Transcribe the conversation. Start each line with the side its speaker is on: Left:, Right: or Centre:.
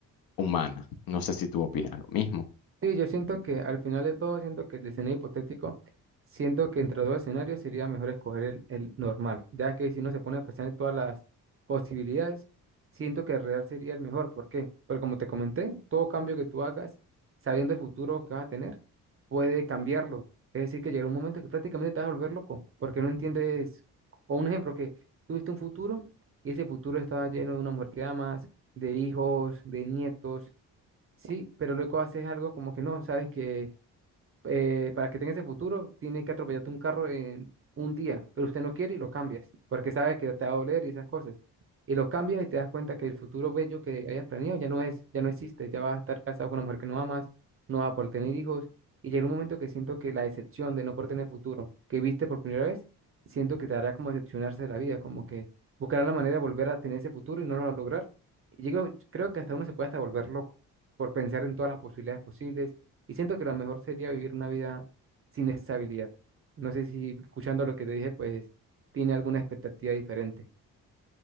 Left: humana. No sé si tú opinas lo mismo.
Right: Sí, yo siento que al final de todo, siento que el escenario hipotético, siento que entre los dos escenarios sería mejor escoger el, el normal, ya que si uno se pone a pensar en todas las posibilidades, siento que el real sería el mejor. ¿Por qué? Porque como te comenté, todo cambio que tú hagas, sabiendo el futuro que vas a tener, puede cambiarlo. Es decir, que llegará un momento que prácticamente te vas a volver loco, porque no entiendes, o un ejemplo, que tuviste un futuro y ese futuro estaba lleno de una mujer que amas, de hijos, de nietos Sí, pero luego haces algo como que no, sabes que eh, para que tenga ese futuro, tiene que atropellarte un carro en un día, pero usted no quiere y lo cambias, porque sabe que te va a doler y esas cosas. Y lo cambias y te das cuenta que el futuro bello que hayas planeado ya no es, ya no existe, ya vas a estar casado con una mujer que no amas, no vas a poder tener hijos. Y llega un momento que siento que la decepción de no poder tener futuro que viste por primera vez, siento que te hará como decepcionarse de la vida, como que buscarás la manera de volver a tener ese futuro y no lo vas a lograr. Y llego, creo que hasta uno se puede hasta volver loco por pensar en todas las posibilidades posibles y siento que lo mejor sería vivir una vida sin estabilidad. No sé si escuchando lo que te dije, pues tiene alguna expectativa diferente.